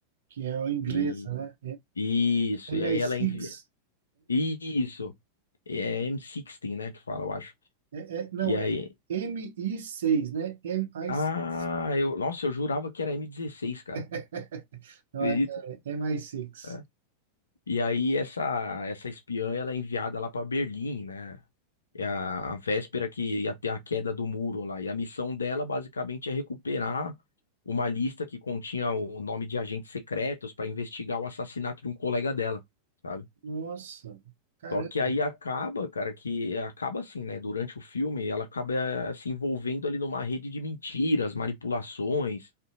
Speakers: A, on the right (about 60°); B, on the left (about 70°).
A: que é a inglesa,
B: E
A: né?
B: Isso,
A: É mi M
B: e
A: MI6.
B: aí ela envia. Isso. É M16, né, que fala, eu acho.
A: É, é- não,
B: E aí,
A: é M mi seis né? MI6.
B: ah, eu, nossa, eu jurava que era m dezesseis cara.
A: <laughs> Não,
B: Acredita?
A: é, é MI6.
B: É. E aí essa essa espiã, ela é enviada lá pra Berlim, né? É a, a véspera que ia ter a queda do muro lá. E a missão dela basicamente é recuperar uma lista que continha o nome de agentes secretos pra investigar o assassinato de um colega dela. sabe?
A: Nossa, caramba.
B: Só que aí acaba, cara, que acaba assim, né? Durante o filme, ela acaba eh, se envolvendo ali numa rede de mentiras, manipulações,